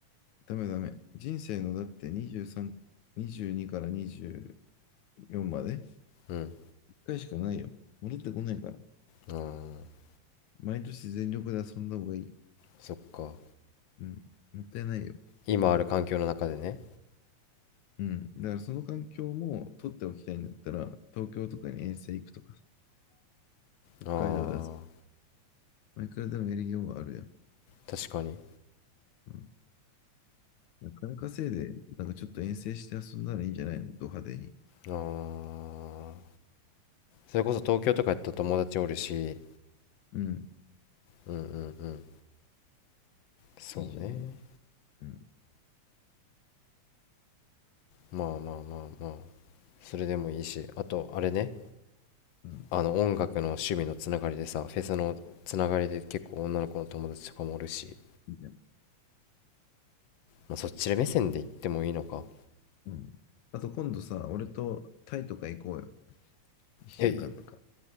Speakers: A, on the left; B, on the left.
A: ダメダメ。人生のだって23、22から24まで、一
B: うん
A: 回しかないよ。戻ってこないから。
B: あー
A: 毎年全力で遊んだ方がいい。
B: そっか
A: うん。もったいないよ。
B: 今ある環境の中でね
A: うん。だからその環境も取っておきたいんだったら、東京とかに遠征行くとか、北海道だ。
B: あ
A: まあ、いくらでもやりようはあるやん。
B: ー確かに
A: うん。なかなかいで、なんかちょっと遠征して遊んだらいいんじゃないのド派手に。
B: あーそれこそ東京とかやったら友達おるし
A: うん。
B: うんうんうんそうね
A: いいじゃんね。うん。
B: まあまあまあまあそれでもいいしあとあれね
A: うん。
B: あの音楽の趣味のつながりでさフェスのつながりで結構女の子の友達とかもおるし、
A: いいじゃん。
B: まあ、そっちで目線で行ってもいいのか
A: うん。あと今度さ、俺とタイとか行こうよ。一週間とか。
B: えい